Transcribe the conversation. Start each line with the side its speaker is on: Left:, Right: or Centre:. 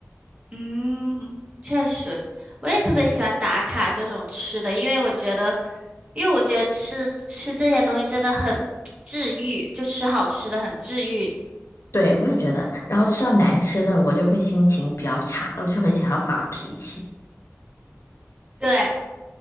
Right: 嗯，确实，我也特别喜欢打卡这种吃的，因为我觉得，因为我觉得吃吃这些东西真的很治愈，就吃好吃的很治愈。
Left: 对，我也觉得，然后吃到难吃的，我就会心情比较差，我就很想要发脾气。
Right: 对，